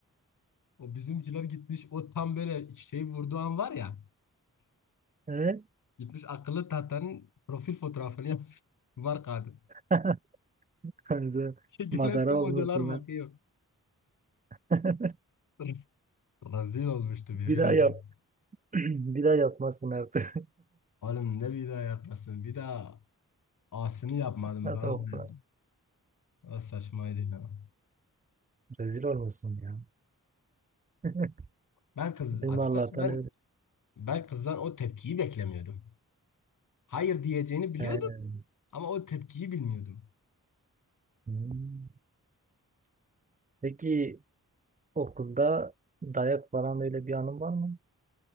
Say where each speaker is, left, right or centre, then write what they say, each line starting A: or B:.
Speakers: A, on the left; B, on the right.
A: o bizimkiler gitmiş o tam böyle çiçeği vurduğu an var ya.
B: Evet.
A: Gitmiş akıllı tahtanın profil fotoğrafını yapmış. <laughs> Var kadın.
B: <laughs> Sen
A: <laughs> Gelen
B: Madara
A: tüm hocalar
B: olmuşsun
A: bakıyor.
B: lan. <laughs>
A: <laughs> Rezil olmuştu yemin
B: Bir daha
A: ederim.
B: yap. <clears throat> Bir daha yapmazsın artık.
A: Oğlum ne bir daha yapmasın. Bir daha asini yapmadım
B: <laughs> Hadi
A: bana
B: okula.
A: bilirsin. O saçmaydı ya.
B: Rezil olmuşsun ya. <laughs>
A: Ben kız
B: Benim
A: açıkçası
B: Allah'tan
A: ben ben kızdan o tepkiyi beklemiyordum. Hayır diyeceğini biliyordum
B: öylesin.
A: ama o tepkiyi bilmiyordum.
B: Hmm. Peki okulda dayak falan öyle bir anın var mı?